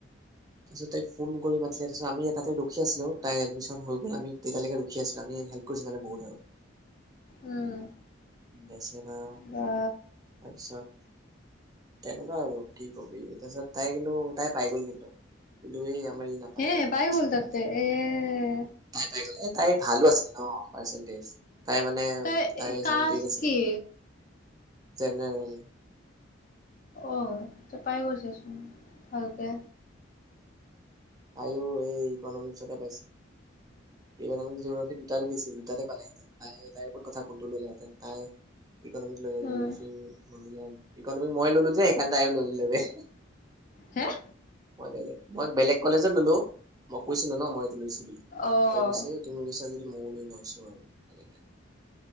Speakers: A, on the right; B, on the left.
A: তাৰপিছত তাইক ফোন কৰি মাতিলে তাৰপিছত আমিয়ে তাতে ৰখি আছিলোঁ, তাইৰ এডমিশন হৈ গ'ল আমি তেতিয়ালৈকে ৰখি আছিলোঁ আমি হেল্প কৰিছো মানে বহুত আৰু।
B: উম
A: বেচৰা,
B: বা
A: তাৰপিছত তেনেকুৱা আৰু কি ক'বি তাৰপিছত তাই কিন্তু তাই পাই গ'ল কিন্তু কিন্তু এই আমাৰ ই নাপালে
B: এহ
A: আৰু
B: পাই গ'ল তাতে
A: বেয়া লাগিল
B: এহ
A: তাই পাই গ'লে এহ তাইৰ ভালো আছিল ন পাৰ্চেন্টেজ তাই মানে
B: তই
A: তাইৰ
B: কাষ্ট
A: চেভেণ্টি এইট আছিল,
B: কি?
A: জেনেৰেল <inaudible>
B: অহ, পিছত পাই গৈছেচোন ভালকে
A: তাইয়ো এই ইকনমিক্সতে পাইছে ইকনমিক্স জিঅ'গ্ৰাফী দুটাতে দিছিল দুটাতে পালে তাই তাইৰ ওপৰত কথা কোনটো ল'লেহেঁতেন তাই ইকনমিক্স লৈ নে
B: উম।
A: জিঅ'গ্ৰাফী লৈ নে ইকনমিক্স মই ল'লো যে সেইকাৰণে তাইয়ো লৈ ল'লে বে
B: হেহ
A: মই বেলেগ, মই বেলেগ কলেজত ল'লো মই কৈছিলো ন মই লৈছো বুলি
B: অ',
A: তাইয়ো কৈছে তুমি লৈছা মইয়ো লৈ লৈছো আৰু এনেকে,